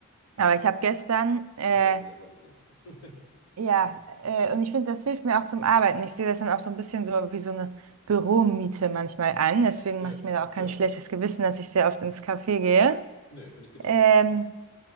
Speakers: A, on the right; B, on the left.
A: Aber ich habe gestern, äh,
B: Man hört sich ja sonst nichts. <laughs>
A: ja, äh, und ich finde, das hilft mir auch zum Arbeiten. Ich sehe das dann auch so ein bisschen so wie so eine Büromiete manchmal an. Deswegen
B: Ja,
A: mache ich mir da auch kein
B: ja.
A: schlechtes Gewissen, dass ich sehr oft ins Café gehe.
B: Nee, finde ich genauso.
A: Ähm,